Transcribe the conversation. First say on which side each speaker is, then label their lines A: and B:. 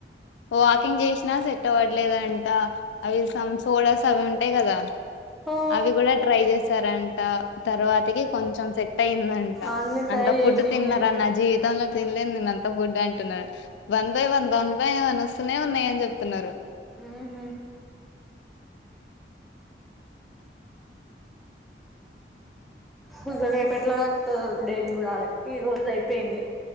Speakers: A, on the left; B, in the centre.
A: వాకింగ్ చేసినా సెట్ అవ్వట్లేదంట అవిమ్ సోడాస్ అవి ఉంటాయి కదా
B: ఆ
A: అవి కూడా ట్రై చేసారంట ద తర్వాతకి కొంచెం సెట్ అయిందంట
B: అన్ని ట్రై
A: అంత ఫుడ్
B: చేసింది
A: తిన్నారా నా జీవితంలో తినలేను నేను అంత ఫుడ్ అంటున్నా వన్ బై వన్ బా అస్తనే ఉన్నాయని చెప్తున్నారు
B: ఉహ్ హ్ మరి రేపేట్లా గడుతాదో డైలీ చూడాలే ఈ రోజు అయిపోయింది